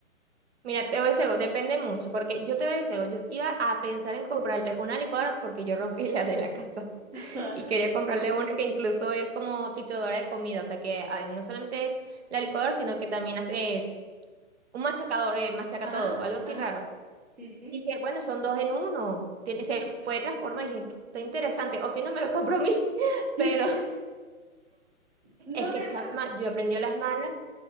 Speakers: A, on the right; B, on the right.
A: Mira, te voy a decir algo, depende mucho, porque yo te voy a decir algo, yo iba a pensar en comprarle una licuadora porque yo rompí la de la casa
B: <laughs>
A: <laughs> y quería comprarle una que incluso es como trituradora de comida, o sea que ah, no solamente es la licuadora, sino que también hace eh, un machacador, eh, machaca
B: Ajá,
A: todo, algo así
B: ajá,
A: raro.
B: sí, sí.
A: Y dije, bueno, son dos en uno, tiene- se puede transformar. Y dije, está interesante, o si no me lo compro a mí. <laughs>
B: <laughs>
A: Pero
B: sí. No
A: es que,
B: sé.
A: chama,
B: pa-
A: yo aprendí a las malas.